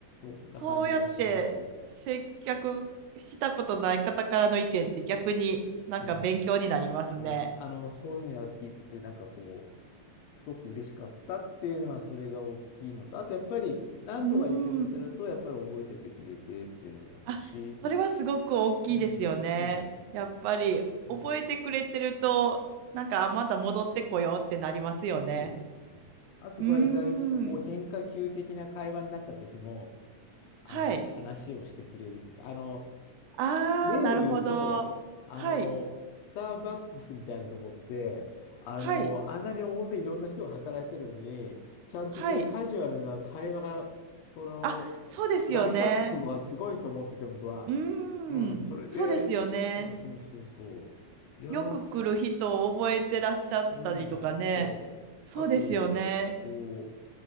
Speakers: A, on the left (about 75°); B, on the right (about 85°).
A: そんな感じはします。
B: そうやって接客したことない方からの意見って逆になんか勉強になりますね。
A: うん。ね、あの、そういうのは聞いてて、なんかこう、すごく嬉しかったっていうのは、それが大きいのと、あとやっぱり何度か行くお店だと、
B: うん。
A: やっぱり覚えててくれてっていうのもあるし、
B: あ、それはすごく大きいですよね。
A: うん、そうですよね。
B: やっぱり覚えてくれてると、
A: うん、
B: なんかあまた戻ってこようってなりますよね。
A: そうですね。あとは意外とこう変化球的な会話になった時も、
B: うーん。
A: あの、
B: はい。
A: 話をしてくれるっていうか、あの、
B: ああ、
A: 例を言うと、
B: なるほど。
A: あの、
B: はい。
A: スターバックスみたいなとこって、あの、
B: はい。
A: あんなに大勢いろんな人が働いてるのに、ちゃんとそういうカジュアルな会話が、
B: はい。
A: その、
B: あ、そうですよね。
A: 成り立つすごはすごいと思ってて、僕は。
B: うーん、
A: うん、それで、
B: そうですよね。
A: そうそうそうそう。いやー、
B: よく来る人を覚えてらっしゃったりとかね。
A: すうん、そう。
B: そうですよね。
A: あと、こ